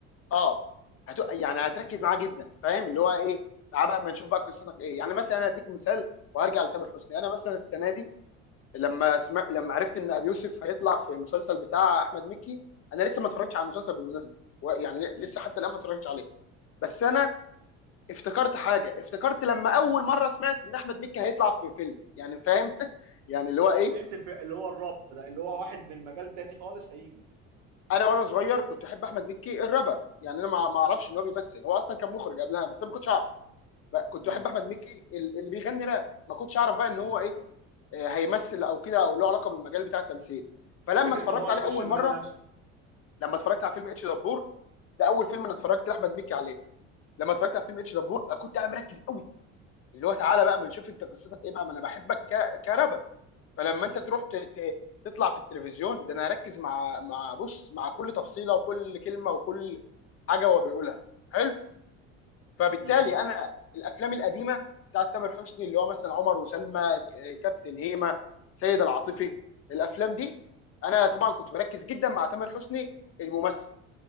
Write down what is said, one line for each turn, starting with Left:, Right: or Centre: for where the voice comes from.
Left: اه هتبقى يعني هتركز معاه جدا فاهم اللي هو ايه تعال بقى اما نشوف بقى قصتك ايه يعني مثلا انا هديك مثال وهرجع لتامر حسني انا مثلا السنه دي لما سم... لما عرفت ان ابي يوسف هيطلع في مسلسل بتاع احمد مكي انا لسه ما اتفرجتش على المسلسل بالمناسبه و- يعني
Right: لا
Left: لسه حتى الان ما اتفرجتش عليه بس انا افتكرت حاجه افتكرت لما اول مره سمعت ان احمد مكي هيطلع في فيلم يعني فاهم <laughs> يعني اللي هو ايه
Right: فهمت الف... اللي هو الربط ده اللي هو واحد من مجال تاني خالص هيجي
Left: انا وانا صغير كنت احب احمد مكي الرابر يعني انا ما ما اعرفش ان هو بيمثل هو اصلا كان مخرج قبلها بس انا ما كنتش اعرف بقى كنت
Right: مم.
Left: احب احمد مكي ال- اللي بيغني راب ما كنتش اعرف بقى ان هو
Right: مم.
Left: ايه آه، هيمثل او كده او له علاقه بالمجال بتاع التمثيل فلما
Right: فكره
Left: اتفرجت
Right: ان هو هيخش
Left: عليه اول
Right: مجال
Left: مره
Right: نفسه
Left: لما اتفرجت على فيلم اتش دبور ده اول فيلم انا اتفرجت لاحمد مكي عليه لما اتفرجت على فيلم اتش دبور آه، كنت قاعد مركز قوي اللي هو تعالى بقى ما نشوف انت قصتك ايه بقى ما انا بحبك ك... كرابر فلما
Right: مم.
Left: انت تروح ت- ت- تطلع في التلفزيون ده انا هركز مع مع بص مع كل تفصيله وكل كلمه وكل حاجه هو بيقولها حلو فبالتالي
Right: مم.
Left: انا الافلام القديمه بتاعت تامر حسني اللي هو مثلا عمر وسلمى آه، كابتن هيما سيد العاطفي الافلام دي انا طبعا كنت بركز جدا مع تامر حسني الممثل